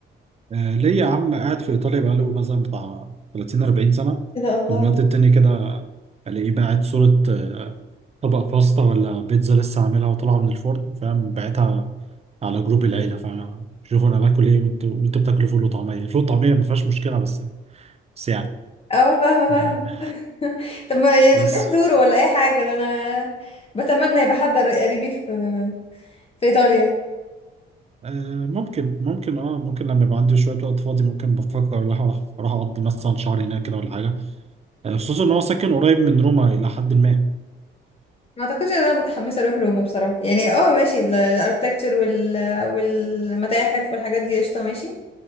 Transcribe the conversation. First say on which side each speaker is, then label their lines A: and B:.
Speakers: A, on the right (about 30°); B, on the left (about 30°).
A: آه، ليا عم قاعد في إيطاليا بقاله مثلا بتاع 30 40 سنة
B: ايه ده الله
A: من وقت التاني كده ألاقيه باعت صورة آه، طبق باستا ولا بيتزا لسه عاملها وطالعة من الفرن فاهم باعتها على جروب العيلة فاهم شوفوا أنا باكل إيه وأنتوا وأنتوا بتاكلوا فول وطعمية الفول والطعمية ما فيهاش مشكلة بس بس يعني
B: اه فاهمه فاهمه
A: آه،
B: <laughs> طب ما ي-
A: بس
B: بتروح تزوره ولا اي حاجه ده انا بتمنى يبقى حد قريبي في في ايطاليا
A: آه، ممكن ممكن اه ممكن لما يبقى عندي شوية وقت فاضي ممكن بفكر اروح اروح أروح اقضي مثلا شهر هناك كده ولا حاجة آه، خصوصا ان هو ساكن قريب من روما الى حد ما
B: ما اعتقدش ان انا متحمسه اروح روما بصراحه يعني اه ماشي الاركتكتشر وال والمتاحف والحاجات دي قشطه ماشي